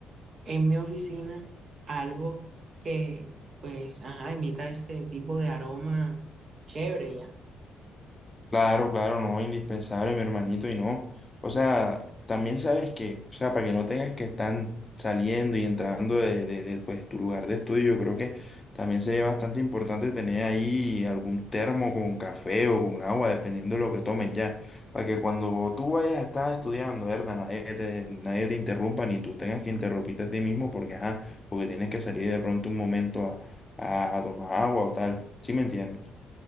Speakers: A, on the right; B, on the left.
A: en mi oficina algo que, pues, ajá, emita ese tipo de aroma chévere ya.
B: Claro, claro, no, indispensable, mi hermanito, y no. O sea, también sabes que, o sea, para que no tengas que estar saliendo y entrando de, de, de, pues, tu lugar de estudio, yo creo que también sería bastante importante tener ahí algún termo con café o con agua, dependiendo de lo que tomes ya, para que cuando tú vayas a estar estudiando, ¿verdad? Nadie te, nadie te interrumpa, ni tú tengas que interrumpirte a ti mismo, porque, ajá, porque tienes que salir de pronto un momento a, a, a tomar agua o tal. ¿Sí me entiendes?